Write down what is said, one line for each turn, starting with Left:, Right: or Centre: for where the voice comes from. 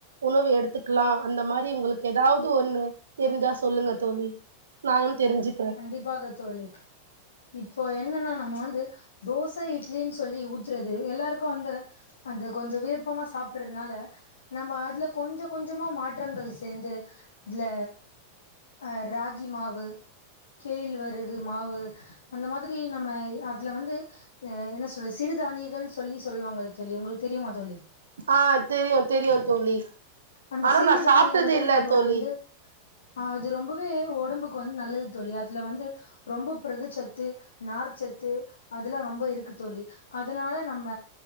Right: உணவு எடுத்துக்லா அந்த மாரி உங்களுக்கு எதாவ்து ஒன்னு தெரிஞ்சா சொல்லுங்க தோழி நானும் தெரிஞ்சுக்ற
Left: கண்டிப்பாக தோழி இப்போ என்னனா நம்ம வந்து தோச இட்லினு சொல்லி ஊத்றது எல்லாருக்கும் வந்து அந்த கொஞ்சோ விருப்பமா சாப்பிடதுனால நம்ம அதுல கொஞ்சம் கொஞ்சமா மாற்றங்கள் சேந்து அதுல அ ராகி மாவு கேல் வரகு மாவு அந்த மாதிரி நம்ம அதுல வந்து அ என்ன சொல்ல சிறுதானியங்கள்னு சொல்லி சொல்லுவாங்கள தோழி உங்ளுக்கு தெரியுமா தோழி
Right: ஆ தெரியு தெரியு தோழி
Left: அந்த
Right: ஆனா
Left: சிறிய
Right: நா
Left: தானியங்கள்ல
Right: சாப்ட்டது இல்ல
Left: நம்ம
Right: தோழி
Left: வந்து ஆ அது ரொம்பவே ஒடம்புக்கு வந்து நல்லது தோழி அதுல வந்து ரொம்ப பிரதச்சத்து நார்ச்சத்து அதுல்லா ரொம்ப இருக்கு தோழி அதனால நம்ம